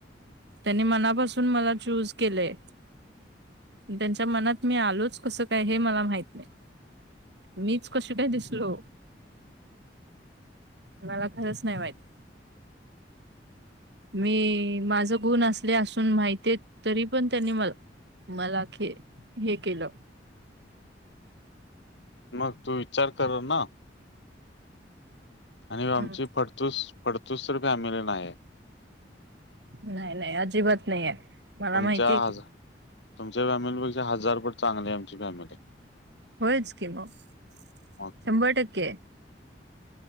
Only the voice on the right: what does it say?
त्यांनी मनापासून, मला चूज केलेय. त्यांच्या मनात मी आलोच, कसं काय? हे, मला माहित नाही. मीच कस काय? दिसलो. मला खरंच नाही माहिती. मी माझ गुण असले असून माहिती तरी पण, त्यांनी मला. मला खे, हे केलं.
हम्म
नाही नाही अजिबात नाही आहे. मला
माहितीय
की
होयच कि मग शंभर
टक्के आहे.